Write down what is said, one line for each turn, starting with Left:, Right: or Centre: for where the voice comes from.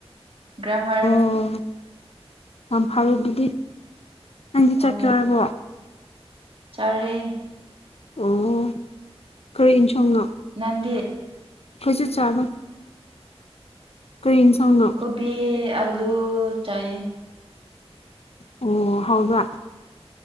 Right: ꯒ꯭ꯔꯃꯔ
Left: ꯑꯣ ꯌꯥꯝ ꯐꯔꯦ ꯑꯗꯨꯗꯤ ꯅꯪꯗꯤ ꯆꯥꯛ
Right: ꯑꯣ
Left: ꯆꯥꯔꯕꯣ
Right: ꯆꯥꯔꯦ
Left: ꯑꯣ ꯀꯔꯤ ꯌꯦꯟꯁꯥꯡꯅꯣ
Right: ꯅꯪꯗꯤ
Left: ꯑꯩꯈꯣꯏꯁꯨ ꯆꯥꯕ ꯀꯔꯤ ꯌꯦꯟꯁꯥꯡꯅꯣ
Right: ꯕꯤ ꯑꯂꯨ ꯆꯥꯏ
Left: ꯑꯣ ꯍꯥꯎꯕ꯭ꯔꯥ